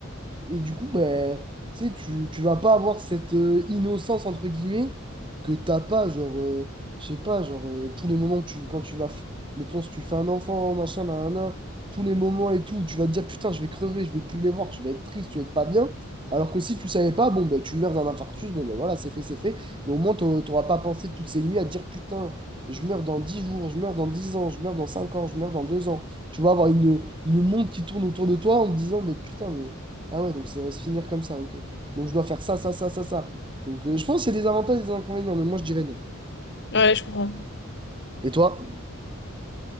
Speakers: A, on the right; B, on the left.
A: Et du coup, ben, tu sais, tu, tu vas pas avoir cette euh, innocence, entre guillemets, que t'as pas, genre, euh, je sais pas, genre, euh, tous les moments que tu, quand tu vas, f- mettons, si tu fais un enfant, machin, nanana, tous les moments et tout, tu vas te dire, putain, je vais crever, je vais plus les voir, tu vas être triste, tu vas être pas bien. Alors que si tu savais pas, bon, ben, tu meurs d'un infarctus, bon, ben voilà, c'est fait, c'est fait. Mais au moins, t'au- t'auras pas pensé toutes ces nuits à te dire, putain, je meurs dans 10 jours, je meurs dans 10 ans, je meurs dans 5 ans, je meurs dans 2 ans. Tu vas avoir une, une montre qui tourne autour de toi en te disant, mais putain, mais ah ouais, donc ça va se finir comme ça, ok. Donc je dois faire ça, ça, ça, ça, ça. Donc euh, je pense que c'est des avantages et des inconvénients, mais moi je dirais non.
B: ouais, je comprends.
A: Et toi?